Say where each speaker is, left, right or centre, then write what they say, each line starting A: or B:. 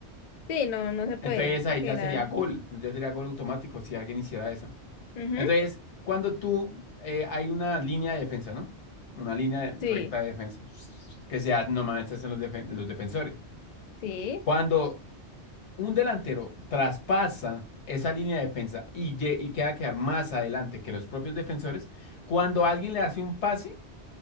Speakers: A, on the left; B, on the left.
A: sí, no, no se puede,
B: Entonces ahí
A: porque
B: ya
A: eran.
B: sería gol, ya sería gol automático si alguien hiciera eso.
A: ujú,
B: Entonces, cuando tú, eh, hay una línea de defensa, ¿no? Una línea de-
A: Sí,
B: recta de defensa, que sea, no mames, esos son los, defen- los defensores.
A: sí.
B: Cuando un delantero traspasa esa línea de defensa y, lle- y queda a quedar más adelante que los propios defensores, cuando alguien le hace un pase,